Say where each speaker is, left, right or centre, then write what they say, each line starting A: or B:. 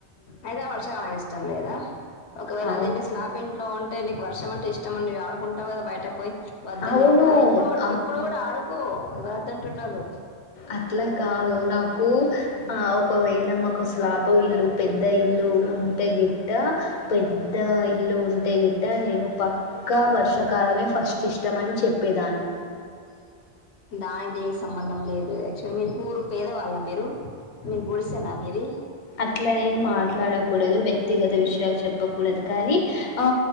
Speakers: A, on the left; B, on the left.
A: అయితే వర్షకమైన ఇష్టం లేదా ఒకవేళ
B: అవును
A: అదే మీ స్లాప్ ఇంట్లో ఉ అంటేీ వర్షం అంటే ఇష్టమండి ఆడుకుంటావు కా బయటకు పోయి వద్దన్నా
B: అవును
A: కూడా ఇప్పుడు కూడా
B: అవును
A: ఇప్పుడు కూడా ఆడుకో ఎవరైతే అంటున్నారు
B: అట్లా కాదు నాకు ఆ ఒకవేళ మాకు శ్లాప ఇల్లు పెద్ద ఇల్లు ఉంటే గిట్ట పెద్ద ఇల్లు ఉంటే గిట్ట నేను పక్కా వర్షాకాల మమే ఫస్ట్ ఇష్టం అని చెప్పేదాన్ని
A: దానికి దేనికి సంబంధం లేదు యాక్చువ మీరు కూరు పేదే వాళ్ళం మీరు మీరు గలిసేనా మీది
B: అట్లా ఏం మాట్లాడకూడదు వ్యక్తిగత విషయాలు చెప్పకూడదు కానీ ఆ